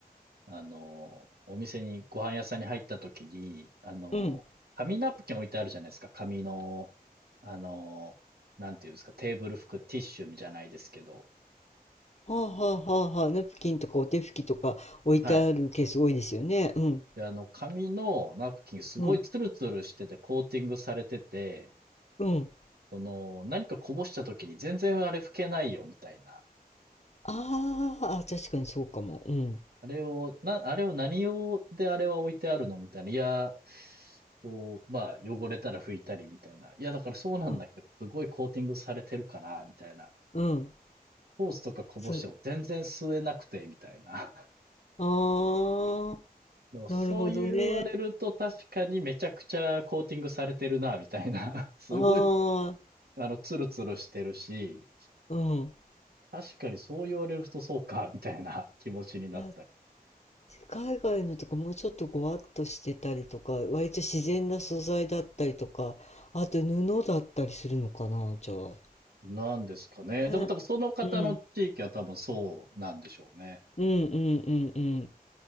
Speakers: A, on the right; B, on the left.
A: あのお店に、ご飯屋さんに入った時に、あの紙ナプキン置いてあるじゃないですか。
B: うん
A: 紙のあの、なんていうんですか、テーブル拭くティッシュじゃないですけど、
B: はあはあはあはあ、ナプキンとかお手拭きとか置いてあるケース多いですよね。
A: はい。
B: うん、
A: で、あの、紙のナプキンすごいツルツルしててコーティングされてて、
B: うん、うん。
A: その、何かこぼした時に全然あれ拭けないよ、みたいな。
B: あーあ、確かにそうかも。うん、
A: あれを、な、あれを何用であれは置いてあるのみたいな。いや、こう、まあ、汚れたら拭いたりみたいな。いや、だからそうなんだけど、
B: うん、
A: すごいコーティングされてるから、みたいな。
B: うん。
A: ソースとかこぼしても全然吸えなくて、
B: そう。
A: みたいな。
B: ああ、
A: もうそう言われると確かにめちゃくちゃコーティングされてるな、
B: なるほどね。
A: みたいな。<laughs> すごい、
B: ああ、
A: あの、ツルツルしてるし、
B: うん。
A: 確かにそう言われるとそうか、みたいな気持ちになったり。
B: いや、海外のとかもうちょっとごわっとしてたりとか、割と自然な素材だったりとか、あと布だったりするのかな、じゃあ。
A: なんですかね。でも多分その方の地域は多分そうなんでしょうね。
B: ね、うん、うん、うん、うん、うん。